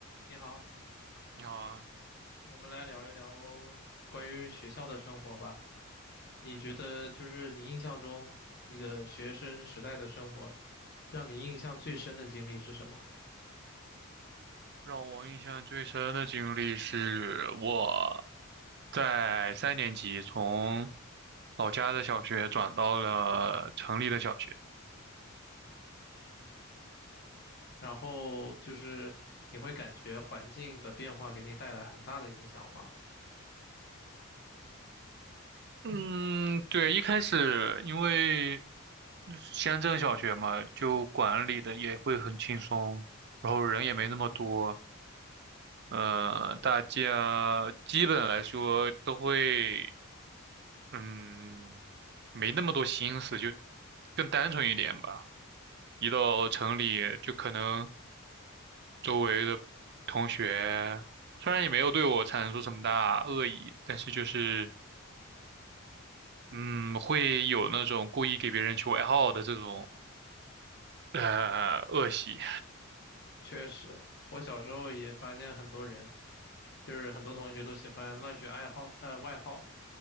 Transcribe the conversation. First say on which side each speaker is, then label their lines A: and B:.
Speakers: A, on the left (about 50°); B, on the right (about 50°).
A: 你好，
B: 你好啊，
A: 我们来聊一聊关于学校的生活吧。你觉得就是你印象中你的学生时代的生活，
B: 嗯，
A: 让你印象最深的经历是什么？
B: 让我印象最深的经历是我在三年级从老家的小学转到了城里的小学。
A: 然后就是你会感觉环境的变化给你带来很大的影响吗？
B: 嗯，对，一开始因为乡镇小学嘛，就管理的也会很轻松，然后人也没那么多，呃，大家基本来说都会，嗯，没那么多心思，就更单纯一点吧。一到城里，就可能周围的同学虽然也没有对我产生出什么大恶意，但是就是嗯，会有那种故意给别人取外号的这种呃恶习。
A: 确实，我小时候也发现很多人，就是很多同学都喜欢乱取爱好，呃，外号。